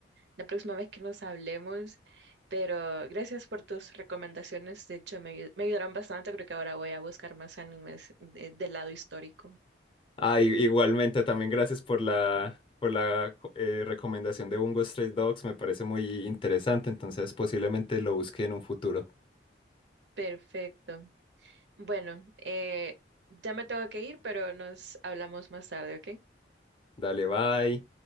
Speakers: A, on the right (about 70°); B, on the left (about 30°).
A: la próxima vez que nos hablemos, pero gracias por tus recomendaciones, de hecho me, ayu- me ayudaron bastante, creo que ahora voy a buscar más animes de- del lado histórico.
B: Ah, i- igualmente, también gracias por la, por la eh, recomendación de Bungo Stray Dogs, me parece muy interesante, entonces posiblemente lo busque en un futuro.
A: Perfecto. Bueno, eh, ya me tengo que ir, pero nos hablamos más tarde, ¿ok?
B: Dale, bye.